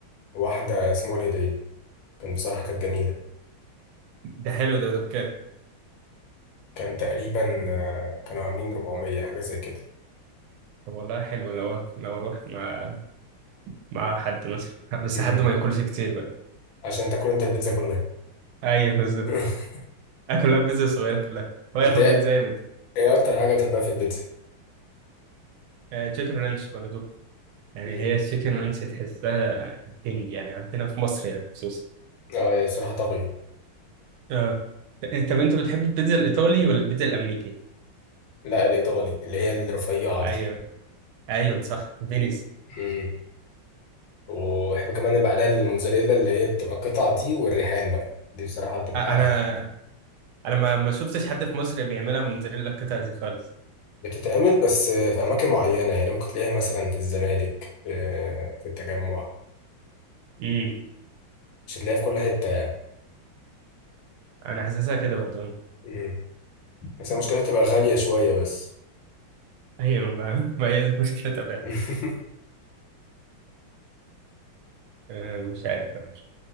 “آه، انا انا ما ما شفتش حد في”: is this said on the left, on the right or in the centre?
Right